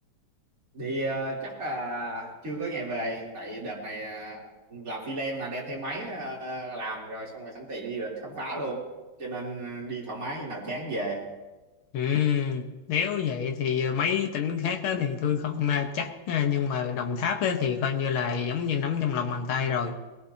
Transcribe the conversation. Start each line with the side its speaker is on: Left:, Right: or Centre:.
Right: đi ờ, chắc là chưa có ngày về tại đợt này ờ, làm phi lem mà đem theo máy ờ, làm rồi xong rồi sẵn tiện đi du lịch khám phá luôn cho nên đi thoải mái khi nào chán về
Left: Ừ, nếu vậy thì mấy tỉnh khác á thì tôi không ờ, chắc ờ, nhưng mà Đồng Tháp á thì coi như là giống như nắm trong lòng bàn tay rồi.